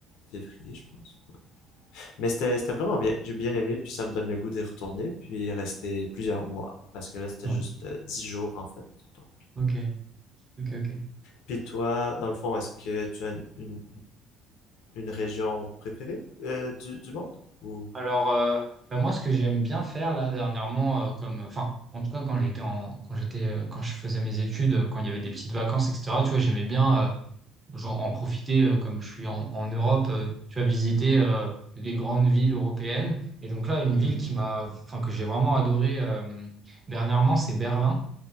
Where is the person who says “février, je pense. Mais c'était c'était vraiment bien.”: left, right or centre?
Left